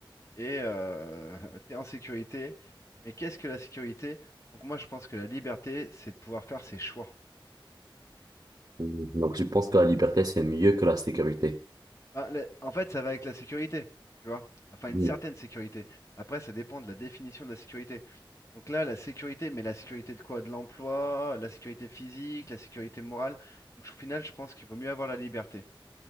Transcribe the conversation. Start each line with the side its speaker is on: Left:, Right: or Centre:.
Left: et tu es <laughs> en sécurité. Mais qu'est-ce que la sécurité? Donc moi, je pense que la liberté, c'est de pouvoir faire ses choix.
Right: Mm, Donc, je pense que la liberté, c'est mieux que la sécurité.
Left: Ben, la- en fait, ça va avec la sécurité, tu vois. Enfin, une
Right: Mm.
Left: certaine sécurité. Après, ça dépend de la définition de la sécurité. Donc là, la sécurité, mais la sécurité de quoi? De l'emploi, la sécurité physique, la sécurité morale. Donc au final, je pense qu'il vaut mieux avoir la liberté.